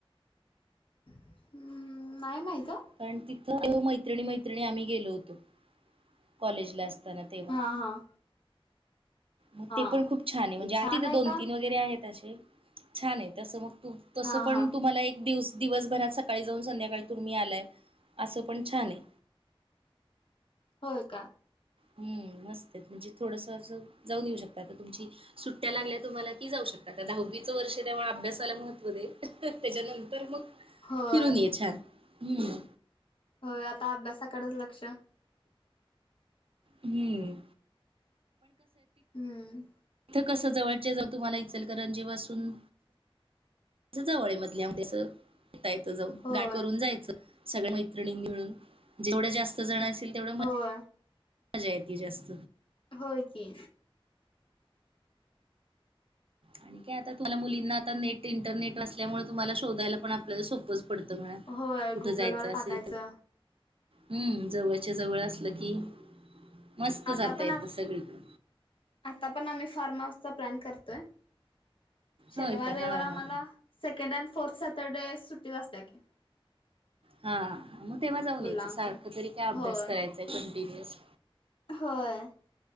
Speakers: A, on the left; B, on the right.
A: हम्म नाही माहित. ओ.
B: कारण तिथं मैत्रिण- मैत्रिणी आम्ही गेलो होतो कॉलेजला असत तेव्हा.
A: हा हा
B: मग
A: हा
B: ते पण खूप छान आहे म्हणजे
A: छान
B: आ तिथं
A: आहे
B: दोन-
A: का?
B: तीन वगैरे आहेत. असे छान आहे तसं मग. तसं
A: हा
B: पण
A: हा
B: तुम्हाला एक दिवस दिवसभरात सकाळी जाऊन संध्याकाळी तुम्ही आलाय असं पण छानये.
A: होय का?
B: हम मस्तये. म्हणजे थोडसं असं जाऊन येऊ शकताय. आता तुमची सुट्ट्या लागल्या तुम्हाला कि जाऊ शक दहावीचं वर्ष त्यामुळं अभ्यास अभ्यासाला महत्व दे त्याच्यानंतर मग
A: होय
B: फिरून ये छान ह.
A: होय आता अभ्यासाकडच लक्ष.
B: हम्म
A: हम्म.
B: इथ कसं जवळचे जाऊ तुम्हाला इचलकरंजी वासून जवळ मधल्या मध्ये असं येेतायचं जाऊन
A: होय
B: गाय करून जायचं. सगळ्या मैत्रिणीं मिळून. जेवढ्या जास्त जण असेल तेवढं
A: होय
B: मजा येते जास्त.
A: होय की.
B: आणि काय आता तुम्हाला मुलींना आता नेट इंटरनेट वासल्यामुळे तुम्हाला शोधायला पण आपल्याला सोपोज पडतं मणा.
A: होय
B: कुठं
A: गुगलवर
B: जायचं असेल
A: टाकायचं
B: तर. हम्म. जवळच्या जवळ असलं की मस्त जाता
A: आता पण
B: येतं
A: आ,
B: सगळीकडे.
A: आता पण आम्ही फार्म हाऊस चा लॅन करतोय. शनवार
B: होय का
A: रविवार
B: हा हा.
A: आमाला सेकन्ड अँड फोर्ट स्या तर सुट्टीचं असत्या कि.
B: हा मग तेव्हा जाऊन यायचं.
A: आमच्या
B: सारखं तरी काय अभ्यास
A: होय
B: करायचाय कंटिन्युअस
A: होय.